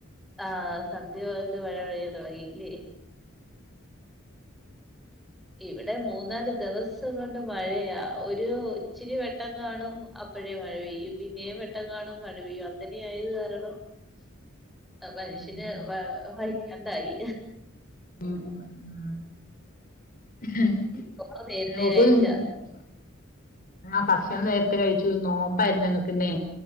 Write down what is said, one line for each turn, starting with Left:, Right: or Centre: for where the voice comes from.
Centre: ആഹ് സന്ധ്യ മുതലേ മഴ പെയ്യാന് തുടങ്ങിയല്ലേ ഇവിടെ മൂന്നാല് ദിവസം കൊണ്ട് മഴയാ ഒരു ഇച്ചിരി വെട്ടം കാണും അപ്പൊ അപ്പോഴേ മഴ പെയ്യും പിന്നെയും വെട്ടം കാണും മഴ പെയ്യും അങ്ങനെയായത് കാരണം മനുഷ്യന്
Left: അതെല്ലേ ഉം അല്ലേ?
Centre: വയ്യ വയ്യാണ്ടായി
Left: <unintelligible>
Centre: ചോറ് നേരത്തെ കഴിച്ച
Left: ആഹ് ഭക്ഷണം നേരത്തെ കഴിച്ചു നോമ്പായിരുന്നല്ലോ ന്നേ